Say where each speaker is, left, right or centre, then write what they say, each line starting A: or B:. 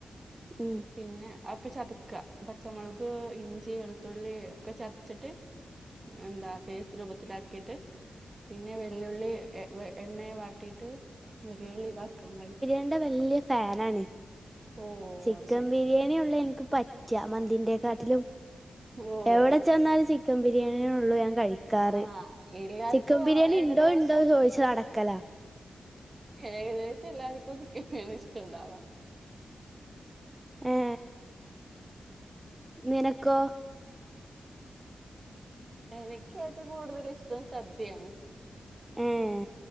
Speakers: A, on the right (about 20°); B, on the right (about 40°).
A: ഉം
B: പിന്നെ അഒക്കെ ചതക്കാ പച്ചമുളക് ഇഞ്ചി വെളുത്തുള്ളി ഒക്കെ ചതച്ചിട്ട് എന്താ പേസ്റ്റ് രൂപത്തിലാക്കിട്ട് പിന്നെ വല്ല്യ ഉള്ളി എ വെ എണ്ണേ വാട്ടീട്ട് വല്ല്യ ഉള്ളി ഇതാക്കാ വയറ്റാ
A: ഇന്റെ വല്ല്യ ഫാനാണ്
B: ഓഹ്
A: ചിക്കൻ
B: അത് ശരി.
A: ബിരിയേനി ഒള്ളു ഇൻക്ക് പ റ്റാ മന്തിന്റേക്കാട്ടിലും
B: ഓഹ്
A: എവിടെ ചെന്നാലും ചിക്കൻ ബിരിയാണിനി ഒള്ളൂ ഞാൻ കഴി ക്കാറ്
B: ആഹ് എല്ലാർക്കും
A: ചിക്കം ബിരിയാണി
B: ഏകദേശം
A: ഇണ്ടോ ഇണ്ടോ ചോയിച്ച് നടക്കലാ
B: ഏകദേശം എല്ലാർക്കും ചിക്കം ബിരിയാണിയാ ഇഷ്ടണ്ടാവാ
A: ഏ നിനക്കോ
B: എനിക്ക് ഏറ്റവും കൂടുതല് ഇഷ്ടം സദ്യെണ്
A: ഏഹ്